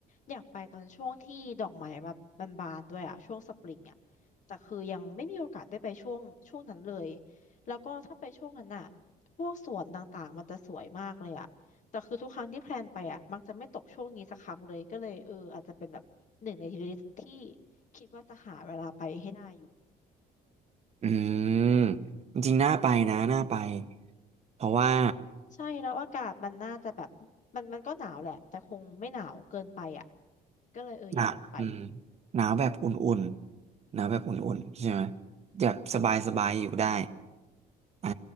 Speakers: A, on the left; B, on the right.
A: อยากไปตอนช่วงที่ดอกไม้แบบบานๆด้วยอ่ะช่วงสปริงอ่ะแต่คือยังไม่มีโอกาสได้ไปช่วงช่วงนั้นเลยแล้วก็ถ้าไปช่วงนั้นอ่ะพวกสวนต่างๆมันจะสวยมากเลยอ่ะแต่คือทุกครั้งที่แพลนไปอ่ะมักจะไม่ตกช่วงนี้สักครั้งเลยก็เลยเอออาจจะเป็นแบบหนึ่งในลิสที่ คิดว่าจะหาเวลาไปให้ได้อยู่
B: อืม จริงๆน่าไปนะ น่าไป เพราะว่า
A: ใช่แล้วอากาศมันน่าจะแบบมันมันก็หนาวแหละแต่คงไม่หนาวเกินไปอ่ะก็เลยเอออยากลองไป
B: หนาวอืมหนาวแบบอุ่นๆหนาวแบบอุ่นๆใช่ไหมแบบสบายๆ อยู่ได้อ่า